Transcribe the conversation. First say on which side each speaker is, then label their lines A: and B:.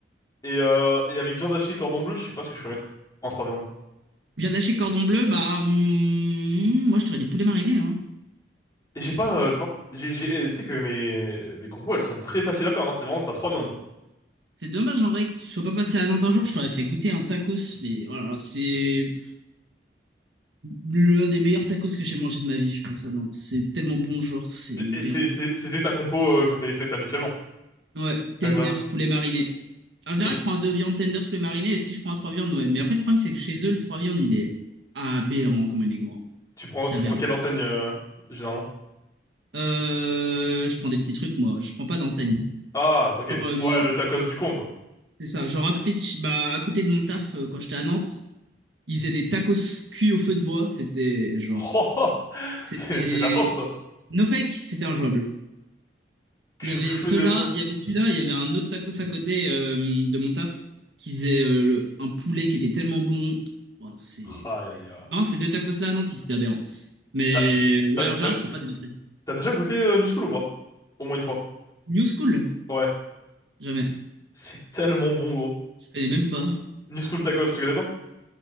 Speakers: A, on the left (about 20°); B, on the right (about 80°).
A: Et, euh, et avec viande hachée et cordon bleu, je sais pas ce que je peux mettre en trois viandes.
B: Viande hachée cordon bleu, bah hmm, moi je t'aurais dit poulet mariné. Hein.
A: Et j'ai pas, euh, je sais pas. J'ai, j'ai, eh, tu sais que mes, mes compos, elles sont très faciles à faire, hein. C'est vraiment, t'as trois viandes, quoi.
B: C'est dommage en vrai que tu sois pas passé à Nantes un jour, je t'aurais fait goûter un tacos, mais voilà, c'est l'un des meilleurs tacos que j'ai mangé de ma vie, je pense, à Nantes. C'est tellement bon, genre, c'est
A: Et
B: aberrant.
A: c'est, c'est- c'était ta compo euh, que t'avais faite habituellement,
B: Ouais,
A: Tenders
B: tenders
A: et tout.
B: poulet mariné. En général,
A: Et tu,
B: je prends un deux viandes tenders poulet mariné et si je prends un trois viandes, ouais. Mais en fait, le problème, c'est que chez eux, le trois viandes, il est aberrant, comme il est grand.
A: tu prends,
B: C'est
A: tu
B: aberrant.
A: prends quelle enseigne euh, généralement?
B: Euh, je prends des petits trucs, moi. Je prends pas d'enseigne.
A: Ah, ok.
B: Genre, euh,
A: Ouais, le tacos du coin, quoi.
B: c'est ça. Genre, à côté de, chez- bah, à côté de mon taf, euh, quand j'étais à Nantes, ils faisaient des tacos cuits au feu de bois. C'était, genre,
A: <laughs> Oh, oh,
B: c'était...
A: c'est c'est de la frappe, ça.
B: No fake, c'était injouable.
A: Que
B: Il y avait
A: feu
B: ceux-là,
A: de bois.
B: il y avait celui-là, il y avait un autre tacos à côté euh, de mon taf qui faisait euh, le- un poulet qui était tellement bon. Ouah, c'est...
A: Aïe, aïe, aïe.
B: Non, ces deux tacos-là à Nantes, c'était aberrant. Mais
A: T'as,
B: ouais,
A: t'as,
B: en général,
A: t'as-
B: je prends pas des recettes.
A: t'as déjà goûté euh, New School ou pas? Au moins une fois.
B: New School,
A: Ouais.
B: jamais.
A: C'est tellement bon, gros.
B: Je connais même pas.
A: New School tacos, tu connais pas?